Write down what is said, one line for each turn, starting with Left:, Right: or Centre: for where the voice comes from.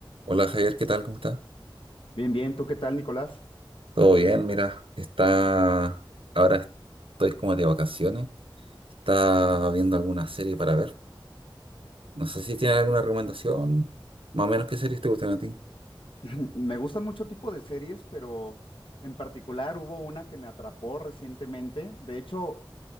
Right: Hola Javier, ¿qué tal? ¿Cómo estás?
Left: Bien, bien, ¿tú qué tal, Nicolás?
Right: Todo bien, mira, está... ahora estoy como de vacaciones. Está viendo alguna serie para ver. No sé si tienes alguna recomendación, más o menos qué series te gustan a ti.
Left: <laughs> Me gustan mucho tipo de series, pero en particular hubo una que me atrapó recientemente. De hecho,